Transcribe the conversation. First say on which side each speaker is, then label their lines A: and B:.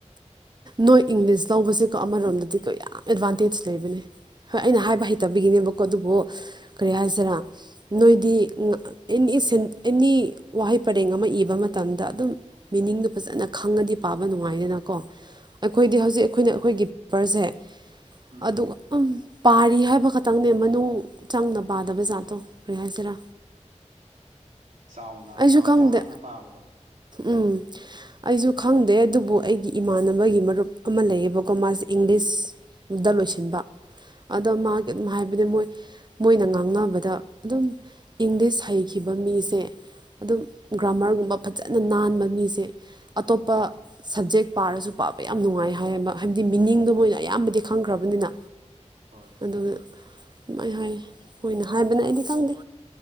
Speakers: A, on the right; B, on the right.
A: ꯅꯣꯏ ꯏꯪꯂꯤꯁ ꯂꯧꯕꯁꯦꯀꯣ ꯑꯃꯔꯣꯝꯗꯗꯤꯀꯣ ꯌꯥꯝ ꯑꯦꯗꯚꯥꯟꯇꯦꯖ ꯂꯩꯕꯅꯦ ꯍꯣꯏ ꯑꯩꯅ ꯍꯥꯏꯕ ꯍꯩꯇꯕꯤꯒꯤꯅꯦꯕꯀꯣ ꯑꯗꯨꯕꯨ ꯀꯔꯤ ꯍꯥꯏꯁꯤꯔꯥ ꯅꯣꯏꯗꯤ ꯑꯦꯅꯤ‌ꯁꯦꯟ ꯑꯦꯅꯤ ꯋꯥꯍꯩ ꯄꯔꯦꯡ ꯑꯃ ꯏꯕ ꯃꯇꯝꯗ ꯑꯗꯨꯝ ꯃꯤꯅꯤꯡꯗꯣ ꯐꯖꯅ ꯈꯪꯉꯗꯤ ꯄꯥꯕ ꯅꯨꯡꯉꯥꯏꯗꯅꯀꯣ ꯑꯩꯈꯣꯏꯗꯤ
B: ꯍꯣꯏ
A: ꯍꯧꯖꯤꯛ
B: ꯍꯣꯏ
A: ꯑꯩꯈꯣꯏꯅ ꯑꯩꯈꯣꯏꯒꯤ ꯄꯦꯄꯔꯁꯦ
B: ꯎꯝ
A: ꯑꯗꯨ ꯄꯥꯔꯤ ꯍꯥꯏꯕ ꯈꯛꯇꯪꯅꯦ ꯃꯅꯨꯡ ꯆꯪꯅ ꯄꯥꯗꯕ ꯖꯥꯠꯇꯣ ꯀꯩ ꯍꯥꯢꯁꯤꯔ ꯍꯥꯏꯁꯤꯔꯥ
B: ꯆꯥꯎꯅ
A: ꯑꯩꯁꯨ
B: ꯍꯥꯏꯐꯦꯠ
A: ꯈꯪꯗꯦ
B: ꯆꯥꯎꯔꯥꯛꯅ ꯄꯥꯕꯗꯣ
A: ꯎꯝ ꯑꯩꯁꯨ ꯈꯪꯗꯦ ꯑꯗꯨꯕꯨ ꯑꯩꯒꯤ ꯏꯃꯥꯟꯅꯕꯒꯤ ꯃꯔꯨꯞ ꯑꯃ ꯂꯩꯌꯦꯕꯀꯣ ꯃꯥꯁꯦ ꯏꯪꯂꯤꯁ ꯗ ꯂꯣꯏꯁꯤꯟꯕ
B: ꯎꯝ
A: ꯑꯗꯣ ꯃꯥ <inaudible> ꯍꯥꯏꯕꯗꯤ ꯃꯣꯏ ꯃꯣꯏꯅ ꯉꯥꯡꯅꯕꯗ ꯑꯗꯨꯝ ꯏꯪꯂꯤꯁ ꯍꯩꯈꯤꯕ ꯃꯤꯁꯦ ꯑꯗꯨꯝ
B: ꯎꯝ
A: ꯒ꯭ꯔꯥꯃꯔꯒꯨꯝꯕ ꯐꯖ ꯐꯖꯅ ꯅꯥꯟꯕ ꯃꯤꯁꯦ ꯑꯇꯣꯞꯄ ꯁꯕꯖꯦꯛ ꯄꯥꯔꯁꯨ ꯄꯥꯕ ꯌꯥꯝ ꯅꯨꯡꯉꯥꯏ ꯍꯥꯏꯌꯦꯕ ꯍꯥꯏꯕꯗꯤ ꯃꯤꯅꯤꯡꯗꯣ ꯃꯣꯏꯅ ꯑꯌꯥꯝꯕꯗꯤ ꯈꯪꯈ꯭ꯔꯕꯅꯤꯅ
B: ꯍꯣꯏ ꯍꯣꯏ
A: ꯑꯗꯨꯒ ꯑꯗꯨꯃꯥꯏ ꯍꯥꯏ ꯃꯣꯏꯅ ꯍꯥꯏꯕꯅꯦ
B: ꯍꯣꯏ
A: ꯑꯩꯗꯤ ꯈꯪꯗꯦ